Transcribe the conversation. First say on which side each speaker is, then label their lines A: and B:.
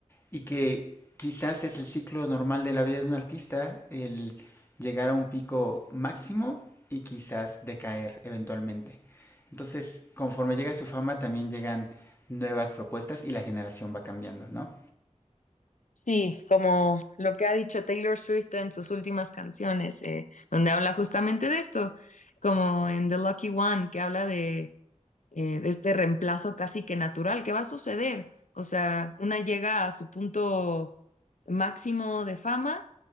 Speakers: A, on the left (about 20°); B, on the left (about 80°).
A: Y que quizás es el ciclo normal de la vida de un artista, el llegar a un pico máximo y quizás decaer eventualmente. Entonces, conforme llega su fama, también llegan nuevas propuestas y la generación va cambiando, ¿no?
B: Sí, como lo que ha dicho Taylor Swift en sus últimas canciones, eh, donde habla justamente de esto, como en The Lucky One, que habla de, eh, de este reemplazo casi que natural que va a suceder. O sea, una llega a su punto máximo de fama